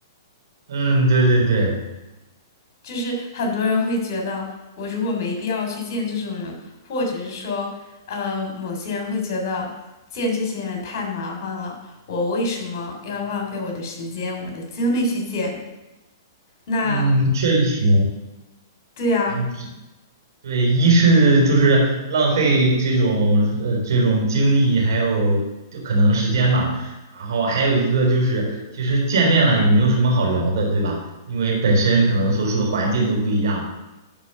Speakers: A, on the right; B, on the left.
A: <laughs> 嗯，对对对。
B: 就是很多人会觉得，我如果没必要去见这种人，或者是说，呃，某些人会觉得见这些人太麻烦了，我为什么要浪费我的时间、我的精力去见？那
A: 嗯，确实，
B: 对呀。
A: 嗯，对，一是就是浪费这种呃这种精力，还有就可能时间吧，然后还有一个就是，其实见面了也没有什么好聊的，对吧？因为本身可能所处的环境都不一样。